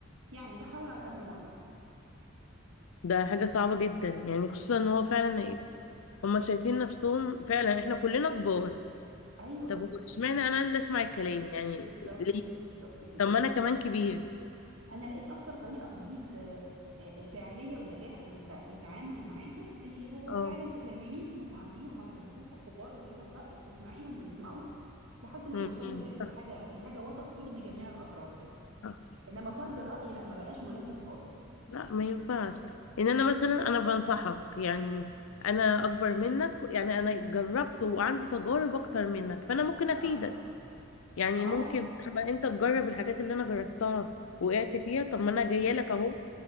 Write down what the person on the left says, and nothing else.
ده حاجة صعبة جدا يعني خصوصا ان هو فعلا ايه هما شايفين نفسهم فعلا احنا كلنا كبار
طب هو
اشمعنى
انا اللي اسمع الكلام يعني
ليه
طب ما انا كمان كبير
اه
مم.
صح
صح
لا ما ينفعش ان انا مثلا انا بنصحك يعني انا اكبر منك يعني انا جربت وعندي تجارب اكتر منك فانا ممكن افيدك
يعني
ممكن لما انت تجرب الحاجات اللي انا جربتها وقعت فيها طب ما انا جايه لك اهو